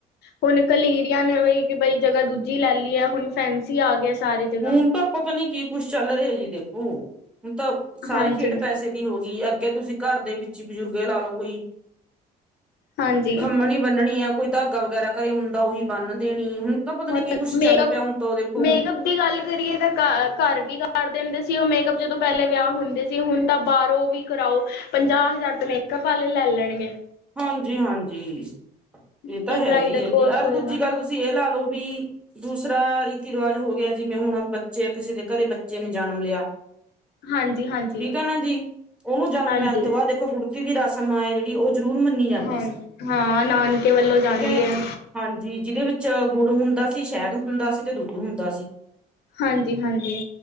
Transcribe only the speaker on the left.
ਹੁਣ ਕਲੀਰੀਆਂ ਨੇ ਵੀ ਕਿ ਬਈ ਜਗਾ ਦੂਜੀ ਲੈ ਲਈ ਹੈ ਹੁਣ ਫੈਂਸੀ ਆ ਗਿਆ ਸਾਰੀ ਜਗਾ।
ਹਾਂਜੀ
ਹਾਂਜੀ
ਹੁਣ
ਮੇਕਅਪ
ਮੇਕਅਪ ਦੀ ਗੱਲ ਕਰੀਏ ਤਾਂ ਘ ਘਰ ਵੀ ਕਰ ਦਿੰਦੇ ਸੀ। ਉਹ ਮੇਕਅਪ ਜਦੋਂ ਪਹਿਲੇ ਵਿਆਹ ਹੁੰਦੇ ਸੀ। ਹੁਣ ਤਾਂ ਬਾਹਰੋਂ ਵੀ, ਕਰਾਓ ਪੰਜਾਹ ਹਜ਼ਾਰ ਤੇ ਮੇਕਅਪ ਵਾਲੇ ਲੈ ਲੈਣਗੇ।
ਜੇ
ਬ੍ਰਾਈਡਲ
ਕੋਰਸ
ਹੋਏਗਾ
ਹਾਂਜੀ ਹਾਂਜੀ
ਹਾਂਜੀ
ਹਾਂ-ਹਾਂ
ਨਾਨਕੇ ਵੱਲੋਂ ਜਾਂਦੀ
ਐ।
ਹਾਂਜੀ-ਹਾਂਜੀ।